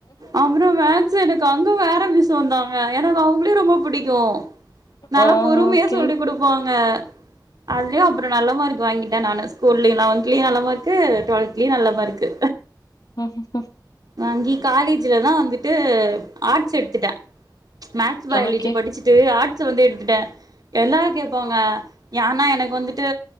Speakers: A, on the right; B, on the left.
A: அப்றோ மேக்ஸ் எடுக்க அங்க வேற மிஸ்ஸு வந்தாங்க எனக்கு அவங்களேயு ரொம்ப புடிக்கு நல்லா
B: ஆ
A: பொறுமையா
B: ஓகே
A: சொல்லி் கொடுப்பாங்க அதுலயு அப்புறோ நல்ல மார்க் வாங்கிட்டே நானு ஸ்கூல்லயு லெவன்த்லயு நல்ல மார்கு ட்டுவெல்த்லேயு நல்ல மார்க்கு
B: ஆ ஆ ஆ
A: வாங்கி காலேஜ்ல தா வந்துட்டு ஆர்ட்ஸ் எடுத்துட்டே ம்ச் மேக்ஸ் பயாலஜி
B: ஓகே
A: படிச்சுட்டு ஆர்ட்ஸ் ஆர்ட்டுசு வந்து எடுத்துட்ட எல்லாரு கேப்பாங்க ஏன்னா எனக்கு வந்துட்டு